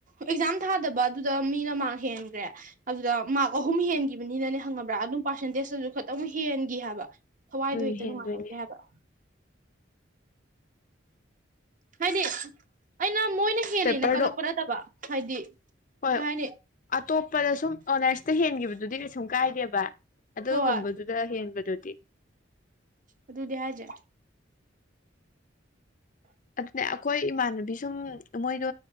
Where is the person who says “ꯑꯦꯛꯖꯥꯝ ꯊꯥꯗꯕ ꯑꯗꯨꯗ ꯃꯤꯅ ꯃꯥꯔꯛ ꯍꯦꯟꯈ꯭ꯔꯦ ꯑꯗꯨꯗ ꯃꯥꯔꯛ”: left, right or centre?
Right